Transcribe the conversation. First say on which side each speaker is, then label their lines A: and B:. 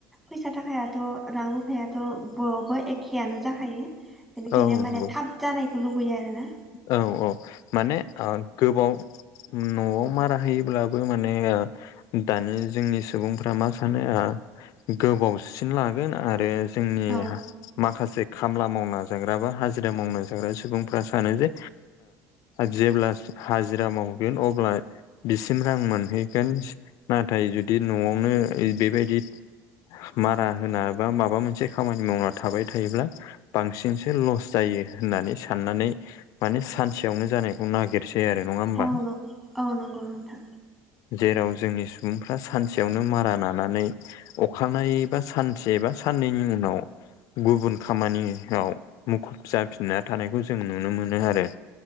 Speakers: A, in the centre; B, on the left.
A: फैसा थाखायाथ' रां रुफायाथ' बरावबो एखेयानो जाखायो बेनिखायनो
B: औ नंगौ
A: माने थाब जानायखौ लुुबैयो आरोना
B: औ औ माने ओ गोबाव न'आव मारा होयोब्लाबो माने ओ दानि जोंनि सुबुंफ्रा मा सानो ओ गोबावसिन लागोन आरो जोंनि
A: औ
B: माखासे खामला मावना जाग्रा बा हाजिरा मावना जाग्रा सुबुंफ्रा सानो जे जेब्ला हाजिरा मावगोन अब्ला बिसिम रां मोनहैगोन नाथाय जुदि न'आवनो बेबायदि मारा होना बा माबा मोनसे खामानि मावना थाबाय थायोब्ला बांसिनसो लस जायो होननानै साननानै माने सानसेयावनो जानायखौ नागिरसै आरो। नङा होमबा
A: औ नंगौ औ नंगौ नोंथां।
B: जेराव जोंनि सुबुंफ्रा सानसेयावनो मारा नानानै अखानाय बा सानसे बा साननैनि उनाव गुबुन खामानियाव मुखुब जाफिनना थानायखौ जों नुनो मोनो आरो।